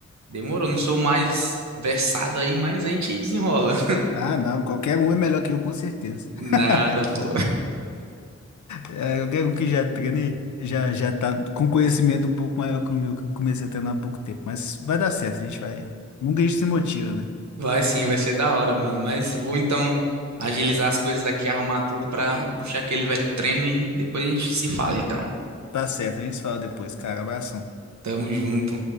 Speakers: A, on the right; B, on the left.
A: Demorou, não sou o mais versado aí, mas a gente desenrola.
B: Ah, não, qualquer um é melhor que eu, com certeza.
A: <laughs> Nada,
B: <laughs>
A: pô.
B: É, qualquer um que já treina e já, já tá com conhecimento um pouco maior que o meu, que eu comecei a treinar há pouco tempo. Mas vai dar certo, a gente vai. Nunca a gente se motiva, né?
A: Vai sim, vai ser da hora, mano. Mas vou então agilizar as coisas aqui, arrumar tudo pra puxar aquele velho treino e depois a gente se fala, então.
B: Tá certo, a gente se fala depois, cara. Abração.
A: Tamo junto.